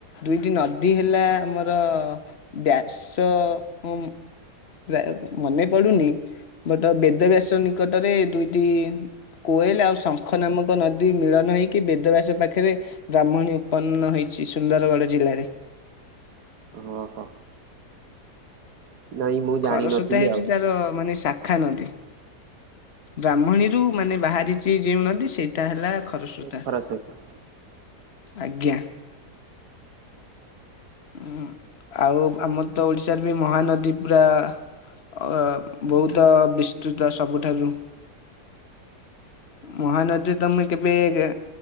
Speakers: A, on the left (about 40°); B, on the right (about 75°).
A: ଦୁଇଟି ନଦୀ ହେଲା ଆମର ବ୍ୟାସ। ହୁଁ। ବା ମନେ ପଡୁନି ବଟ ବେଦ ବ୍ୟାସ ନିକଟରେ ଦୁଇଟି। କୋଏଲ ଆଉ ସ ଖ ନାମକ ନଦୀ ମିଳନ ହେଇକି ବେଦବ୍ୟାସ ପାଖେରେ ବ୍ରାହ୍ମଣୀ ଉତ୍ପନ୍ନ ହେଇଛି ସୁନ୍ଦରଗଡ଼ ଜିଲ୍ଲାରେ। <inaudible>
B: ଓହୋ। ନାଇଁ ମୁଁ ଜାଣିନଥିଲି
A: ଖରସ୍ରୋତା ହେଉଛି
B: ଆଉ
A: ତାର, ମାନେ ସା ଶାଖା ନଦୀ, ବ୍ରାହ୍ମଣୀରୁ ମାନେ ବାହାରିଛି ଯେଉଁ ନଦୀ, ସେଇଟା ହେଲା। ଖରସ୍ରୋତା
B: ଏ ଖରସ୍ରୋତ।
A: ଆଜ୍ଞା। ହୁଁ ଆଉ ଆମର ତ ଓଡିଶାରେ ବି ମହାନଦୀ ପୁରା। ଅ ବହୁତ ବିସ୍ତୃତ ସବୁଠାରୁ। ମହାନଦୀ ତମେ କେବେ ଏ